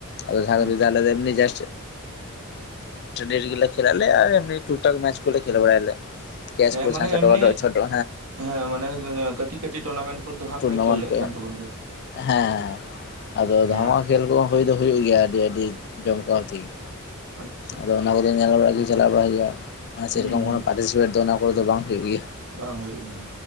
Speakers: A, on the left; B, on the right.
A: ᱟᱫᱚ <unintelligible> <unintelligible>
B: ᱟᱪᱪᱷᱟ ᱟᱪᱪᱷᱟ
A: ᱱᱤᱡᱮ ᱴᱟᱸᱰᱤ ᱨᱮ ᱜᱮ ᱞᱮ ᱠᱷᱮᱞ ᱟᱞᱮ ᱟᱨ ᱮᱢᱱᱤ ᱴᱩᱠ ᱴᱟᱠ ᱢᱮᱪ ᱠᱚᱞᱮ ᱡᱷᱮᱞ ᱵᱟᱲᱟᱭᱟᱞᱮ ᱠᱮᱥ
B: ᱦᱮᱸ
A: ᱠᱚ
B: ᱢᱟᱱᱮ
A: ᱡᱟᱦᱟᱸ ᱪᱷᱳᱴᱳ
B: ᱮᱢᱱᱤ
A: ᱠᱷᱟᱴᱳ ᱪᱷᱳᱴᱳ
B: ᱦᱮᱸ ᱢᱟᱱᱮ ᱠᱟᱹᱴᱤᱡ ᱠᱟᱹᱴᱤᱡ ᱴᱩᱨᱱᱟᱢᱮᱱᱴ ᱠᱚᱫᱚ ᱦᱟᱸᱜ
A: ᱴᱩᱨᱱᱟᱢᱮᱱᱴ
B: ᱯᱮ ᱠᱷᱮᱞ ᱞᱮᱫ
A: ᱠᱚ
B: ᱠᱟᱱ ᱛᱟᱵᱚᱱ ᱜᱮᱭᱟ
A: ᱦᱮᱸ ᱟᱫᱚ
B: ᱦᱮᱸ
A: ᱫᱷᱟᱢᱟ
B: ᱟᱫᱚ
A: ᱠᱷᱮᱞ ᱠᱚ ᱦᱩᱭ ᱫᱚ ᱦᱩᱭᱩᱜ ᱜᱮᱭᱟ ᱟᱹᱰᱤ ᱟᱹᱰᱤ ᱡᱚᱢᱠᱟᱣ ᱛᱮᱜᱮ
B: ᱟᱪᱪᱷᱟ
A: ᱟᱫᱚ ᱚᱱᱟ ᱠᱚ ᱧᱮᱞ ᱵᱟᱲᱟ ᱜᱮ ᱪᱟᱞᱟᱣ ᱵᱟᱲᱟ ᱦᱩᱭᱩᱜ-ᱟ ᱚᱱᱟ ᱥᱮᱨᱚᱠᱚᱢ
B: ᱦᱩᱸ ᱦᱩᱸ
A: ᱠᱚᱱᱳ ᱯᱟᱴᱤᱥᱤᱯᱮᱴ ᱫᱚ ᱚᱱᱟ ᱠᱚᱨᱮ ᱫᱚ ᱵᱟᱝ ᱦᱩᱭᱩᱜ ᱜᱮᱭᱟ
B: ᱵᱟᱝ ᱦᱩᱭᱩᱜ-ᱟ